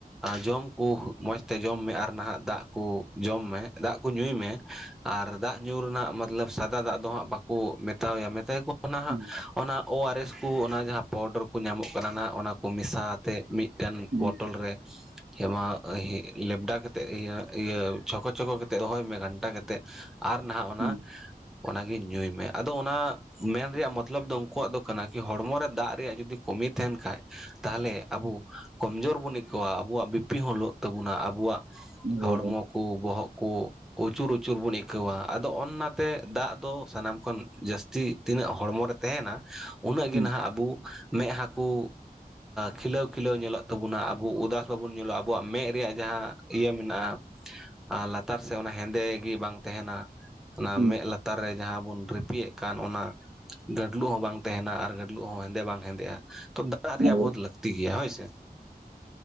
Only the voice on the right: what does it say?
ᱦᱩᱸ
ᱦᱩᱸ
ᱦᱩᱸ
ᱦᱩᱸ
ᱦᱩᱸ
ᱦᱩᱸ
ᱮᱠᱵᱟᱨᱮ